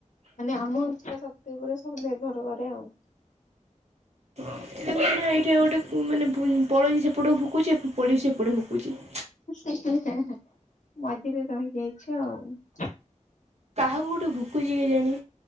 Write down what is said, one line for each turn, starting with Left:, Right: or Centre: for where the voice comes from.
Left: ମାନେ ଆମ ଇଛା ଶକ୍ତି ପରେ ସବୁ ନିର୍ଭର କରେ ଆଉ।
Right: <unintelligible> ନା ଏଇଠି ଆଉ ଗୋଟେ କୁ-ମାନେ ଭୁ-ପଳୋଇଶୀ ସେପଟକୁ ଭୁକୁଚି ପଲେସୀ ଏପଟେ ଭୁକୁଚି ।
Left: ହେଁ ହେଁ ମଝିରେ ରହିଯାଇଛ ଆଉ।
Right: କାହାକୁ ଗୋଟେ ଭୁକୁଚି କେଜାଣି?